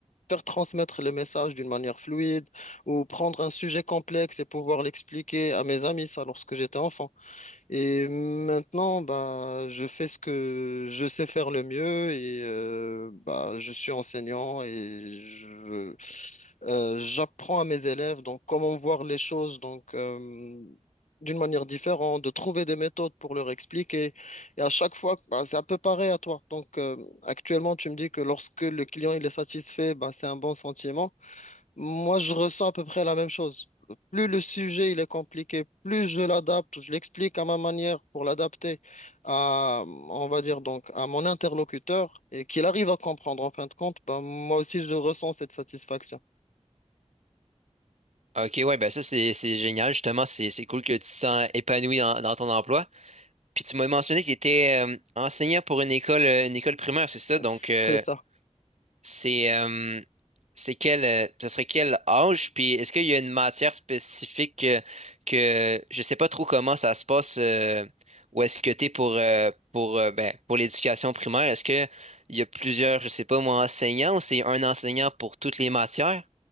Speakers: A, on the left (about 85°); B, on the right (about 65°).
A: faire transmettre le message d'une manière fluide ou prendre un sujet complexe et pouvoir l'expliquer à mes amis, ça, lorsque j'étais enfant. Et maintenant, bah, je fais ce que je sais faire le mieux et euh, bah, je suis enseignant et je, euh, j'apprends à mes élèves donc comment voir les choses donc euh, d'une manière différente, de trouver des méthodes pour leur expliquer. Et à chaque fois, bah, c'est un peu pareil à toi. Donc euh, actuellement, tu me dis que lorsque le client il est satisfait, bah, c'est un bon sentiment. Moi, je ressens à peu près la même chose. Plus le sujet il est compliqué, plus je l'adapte, je l'explique à ma manière pour l'adapter à, on va dire donc, à mon interlocuteur et qu'il arrive à comprendre en fin de compte, ben, moi aussi je ressens cette satisfaction.
B: Ok, ouais, ben ça, c'est c'est génial, justement. C'est c'est cool que tu te sens épanoui dans, dans ton emploi. Puis tu m'as mentionné que tu étais euh, enseignant pour une école, euh, une école primaire, c'est ça? Donc,
A: C'est
B: euh,
A: ça.
B: C'est euh, c'est quel euh, ce serait quel âge? Puis est-ce qu'il y a une matière spécifique que, que je sais pas trop comment ça se passe euh, où est-ce que t'es pour euh, pour euh, ben, pour l'éducation primaire? Est-ce que il y a plusieurs, je sais pas moi, enseignants ou c'est un enseignant pour toutes les matières?